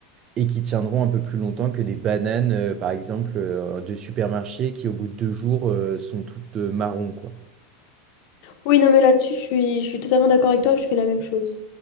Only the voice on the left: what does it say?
Oui, non, mais là-dessus, je suis, je suis totalement d'accord avec toi, je fais la même chose.